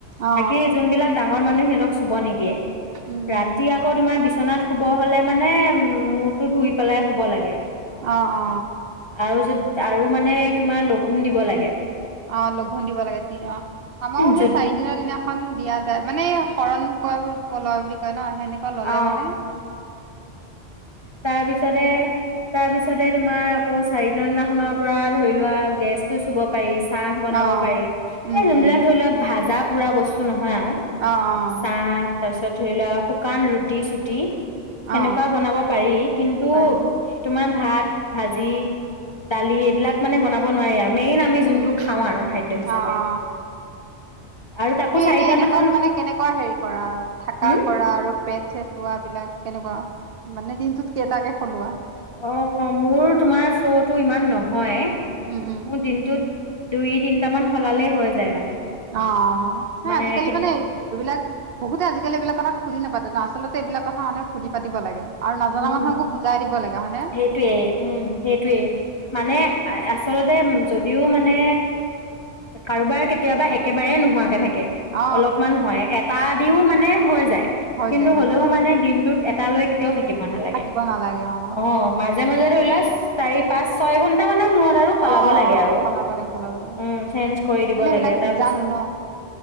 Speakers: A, on the right; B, on the left.
A: অ
B: বাকি যোন বিলাক ডাঙ মৰ মানুহে ক চুব নিদিয়ে।
A: উম
B: ৰাতি
A: উম
B: আকৌ তোমাৰ বিচনাত শুব হলে মানে উ মূৰ টো ধুই পেলাই শুব লাগে।
A: অ অ
B: আৰু যদি আৰু মানে তোমাৰ লঘুণ দিব লাগে।
A: অ লঘোণ দিব লাগে তি অ আমাৰো
B: য'ত
A: সেই চাৰি দিনৰ দিনাখন দিয়া য মানে শৰণ ক লয় বুলি কয় ন সেনেকুৱা ললে
B: অ
A: মানে,
B: তাৰ পিছতে তাৰ পিছতে তোমাৰ আকৌ চাৰিদি দিনাখনৰ পৰা ধৰি লোৱা গেছ টো চুব পাৰিছে চাহ বনাব
A: অ
B: পাৰি
A: উম
B: এই যোনবিলাক
A: উম
B: ধৰি লোৱা ভাজা, বুৰা বস্তু নয় নহয় আৰু
A: অ অ
B: চাহ তাৰপিছত, ধৰি লোৱা শুকান ৰুটি চুটি সেনেকুৱা
A: অ
B: বনাব, পাৰি কিন্তু
A: পাৰি অ
B: এ তোমাৰ ভাত, ভাজি দালি এইবিলাক মানে বনাব নোৱাৰি আৰু মেইন আমি
A: উম
B: যোনটো
A: উম
B: খাওঁ আৰু খাদ্য হিচাপে,
A: অ অ
B: আৰু তাকো
A: তুমি
B: চাৰিটা
A: এনে
B: দিনাখন
A: কেনেকুৱা হেৰী কৰা থাকা
B: হম
A: কৰা আৰু পেট ছেট লোৱা বিলাক, কেনেকুৱা দিনটোত কেইটাকে সলোৱা
B: অহ, মোৰ তোমাৰ ফ্ল'টো ইমান নহয়।
A: উম উম
B: মোৰ দিনটোত দুই তিনিটা সলালে হৈ যায় মানে,
A: অহ অহ এ
B: মানে
A: আজি কালি এইবিলাক বহুতে খুলি নাপাতে আচলতে, এইবিলাক কথা মানে খুলি, পাতিব লাগে আৰু নজনা
B: উম
A: মানুহকো বুজাই দিব লাগে হয়নে
B: সেইটোৱে উম সেইটোৱে মানে আছ, আচলতে যদিও মানে কাৰোবাৰ কেতিয়া একেবাৰে নোহোৱাকে থাকে, <unintelligible>
A: অ
B: অলপ মন হয় এত তাৰ দিউ মানে হৈ যায়।
A: হৈ
B: কিন্তু
A: যায় হৈ
B: হলেও
A: যায়
B: মানে দিনটোত এটা লৈ <unintelligible> থাকিব নালাগে
A: থাকিব নালাগে অ
B: অহ মাজে মাজে ই লাজ, চাৰি পাচ ছয় ঘণ্টা মূৰত, মূৰত সলাবা
A: অ
B: লাগে
A: অ
B: আৰু
A: সলাব লাগে সলাব লাগে
B: উম সেন্সে কৰি দিব
A: মানে এইবিলাক
B: লাগে তাৰ
A: বীজাণু
B: পিছত
A: ন